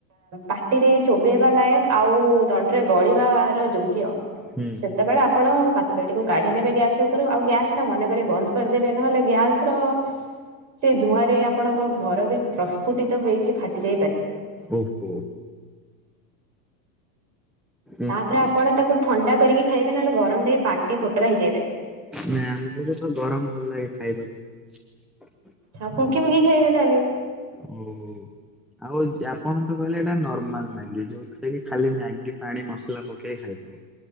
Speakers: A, on the right (about 35°); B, in the centre.
A: ପାଟିରେ ଚୋବେେଇବା ଲାୟକ ଆଉ ତଣ୍ଟରେ ଗଳିବାର ଯୋଗ୍ୟ
B: ହୁଁ
A: ସେତେବେଳେ ଆପଣ ପାତ୍ରଟିକୁ କାଢ଼ି ନେବେ ଗ୍ୟାସ୍ ଉପରୁ ଆଉ ଗ୍ୟାସ୍ ମନେକରି ବନ୍ଦ କରିଦେବେ ନ ହେଲେ ଗ୍ୟାସ୍ ର ସେ ଧୂଆଁ ରେ ଆପଣଙ୍କ ଘର ବି ପ୍ରସ୍ଫୁଟିତ ହେଇକି ଫାଟି ଯାଇପାରେ।
B: ଓ ହୋ ଏହାପରେ
A: ତାପରେ ଆପଣ ତାକୁ ଥଣ୍ଡା କରିକି ଖାଇବେ ନହେଲେ ଗରମରେ ପାଟି ଫୋଟକା ହେଇଯାଇ ପରେ।
B: ନା ଅମୁକୁ ତ ଗରମ ଭଲ ଲାଗେ ଖାଇବାକୁ।
A: ଫୁଙ୍କି ଫୁଙ୍କି ଖାଇବେ ତାହେଲେ।
B: ଓ ହୋ ଆଉ ଆପଣ ତ କହିଲେ ଏଇଟା ନର୍ମାଲ ମ୍ୟାଗି ଯୋଉଥିରେ କି ଖାଲି ମ୍ୟାଗି ପାଣି ମସଲା ପକେଇ ଖାଇଦବ।